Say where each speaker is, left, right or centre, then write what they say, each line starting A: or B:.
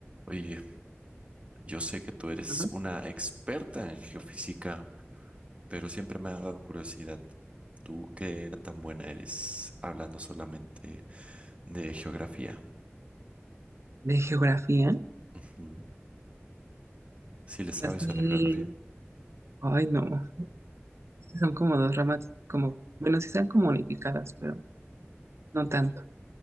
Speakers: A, on the right; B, on the right.
A: Oye, yo sé que tú eres
B: Ajá.
A: una experta en geofísica, pero siempre me ha dado curiosidad. ¿Tú qué era tan buena eres hablando solamente de geografía?
B: De geografía,
A: Ujú. Si le sabes
B: así,
A: a la geografía,
B: ay no, sí son como dos ramas, como, bueno, sí están como unificadas, pero no tanto.